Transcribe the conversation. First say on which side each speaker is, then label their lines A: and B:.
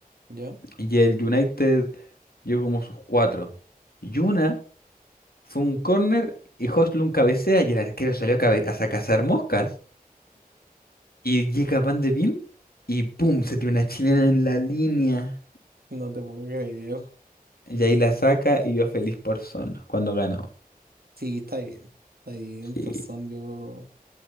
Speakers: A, on the right (about 80°); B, on the left (about 80°).
A: ¿Ya?
B: y el United llegó como sus cuatro. Y una fue un córner y Højlund cabecea y el arquero salió a, cabe- a sa- cazar moscas y llega Van de Beem y ¡pum! se tiene una chilena en la línea
A: No te puedo creer.
B: y ahí la saca y yo feliz por Son cuando ganó.
A: Sí, está bien. Está bien,
B: Y,
A: persona, yo